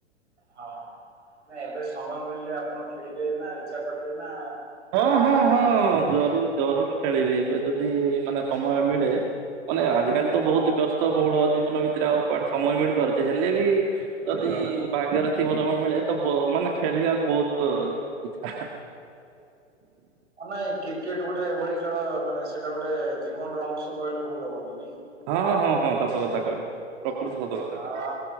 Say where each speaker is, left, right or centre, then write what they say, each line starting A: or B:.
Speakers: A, on the right; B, on the right.
A: ହଁ ନା ଏବେ ସମୟ ମିଳିଲେ ଆପଣ ଖେଳିବେ ନା ଇଛା କରିବେ ନା
B: ହଁ
A: ମାନେ
B: ହଁ ହଁ ଜରୁର ଜରୁର ଖେଳିବି ଏବେ ଯଦି ମାନେ ସମୟ ମିଳେ ମାନେ ଆଜିକାଲି
A: କଣ
B: ତ ବହୁତ ବ୍ୟସ୍ତ ବହୁଳ ଜୀବନ ଭିତରେ ଆଉ କୁଆଡେ ସମୟ ମିଳିପାରୁଛି ହେଲେ ବି
A: ମିଳିପାରୁନି।
B: ଯଦି ଭାଗ୍ୟରେ ଥିବ ସବୁ ମିଳେ ତ ମାନେ ଖେଳିବାକୁ ବହୁତ ଇଛା
A: ନାଇଁ କ୍ରିକେଟ ଗୋଟେ ଏଭଳି ଖେଳ ମାନେ ସେଇଟା ଗୋଟେ ଜୀବନର ଅଂଶ କହିଲେ ଭୁଲ ହବନି ନାଇଁ କି
B: ହଁ ହଁ ହଁ ସତ କଥା କହିଲି ପ୍ରକୃତ ସତକଥା
A: ଆଉ
B: କହିଲି
A: ଆ-